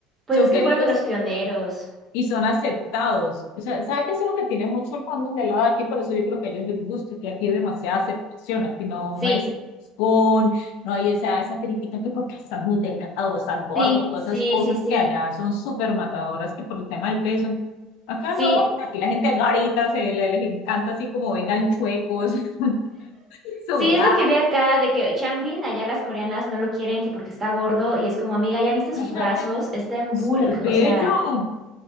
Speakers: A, on the right; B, on the left.
A: Pues
B: Son
A: es que
B: queridos
A: fueron de los pioneros.
B: y son aceptados. O sea, ¿sabe qué es lo que tiene mucho el fandom del lado de aquí? Por eso yo creo que a ellos les gusta, que aquí hay demasiada aceptación, aquí no,
A: Sí,
B: no hay sesgón, no hay esa, esa crítica que porque estás muy delgado o estás gordo,
A: sí,
B: todas
A: sí,
B: esas cosas
A: sí, sí.
B: que allá son súper matadoras que por el tema del peso. Acá
A: Sí,
B: no, aquí la gente garita, se le- les encanta así como vengan chuecos, <laughs> sudados.
A: sí, es lo que vi acá de que Changbin, allá las coreanas no lo quieren que porque está gordo y es como, amiga, ya viste
B: Imagínate,
A: sus brazos, está en bulk,
B: qué bello.
A: o sea.